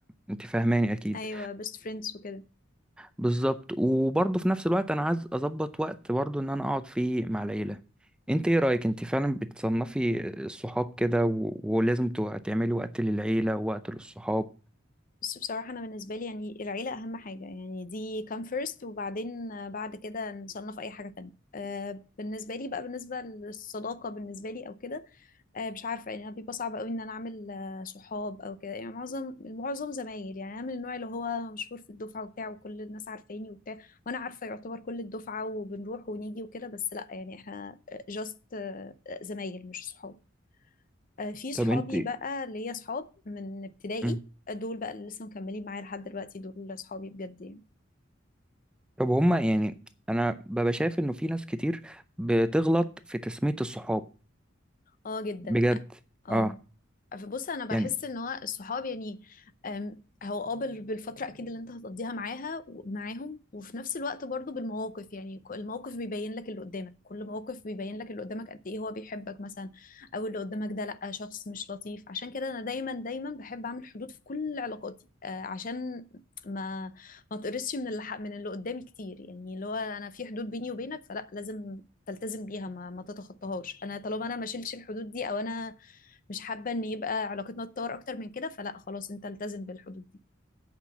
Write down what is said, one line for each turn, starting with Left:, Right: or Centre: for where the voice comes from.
Centre: انت فاهماني اكيد
Left: ايوه بيست فريندز وكده
Centre: بالظبط وبرضه في نفس الوقت انا عايز اظبط وقت برضه ان انا اقعد فيه مع العيله انت ايه رايك انت فعلا بتصنفي الصحاب كده و... ولازم تو- تعملي وقت للعيله ووقت للصحاب
Left: بس بصراحة أنا بالنسبة لي يعني العيلة أهم حاجة يعني دي come first وبعدين آه، بعد كده نصنف أي حاجة تانية آه، بالنسبة لي بقى بالنسبة للصداقة بالنسبة لي أو كده آه، مش عارفة يعني بيبقى صعب أوي إن أنا أعمل آه، صحاب أو كده يعني معظم معظم زمايل يعني أنا من النوع اللي هو مشهور في الدفعة وبتاع وكل الناس عارفاني وبتاع وأنا عارفة يعتبر كل الدفعة وبنروح ونيجي وكده بس لأ يعني إحنا آه، just آه، زمايل مش صحاب آه، في صحابي
Centre: طب انت
Left: بقى ليا صحاب من ابتدائي
Centre: مم.
Left: دول بقى اللي لسه مكملين معايا لحد دلوقتي دول صحابي بجد يعني
Centre: طب هما يعني انا ببقى شايف انه في ناس كتير بتغلط في تسميه الصحاب
Left: اه جدا
Centre: بجد
Left: اه
Centre: اه
Left: فبص انا بحس
Centre: يعني
Left: ان هو الصحاب يعني أم، هو اه بال- بالفتره اكيد اللي انت هتقضيها معاها معاهم وفي نفس الوقت برضو بالمواقف يعني ك- الموقف بيبين لك اللي قدامك كل موقف بيبين لك اللي قدامك قد ايه هو بيحبك مثلا او اللي قدامك ده لا شخص مش لطيف عشان كده انا دايما دايما بحب اعمل حدود في كل علاقاتي آه، عشان ما ما تقرصش من اللي ح- من اللي قدامي كتير يعني اللي هو انا في حدود بيني وبينك فلا لازم تلتزم بيها ما, ما تتخطاهاش انا طالما انا ما شيلش الحدود دي او انا مش حابه ان يبقى علاقتنا تتطور اكتر من كده فلا خلاص انت التزم بالحدود دي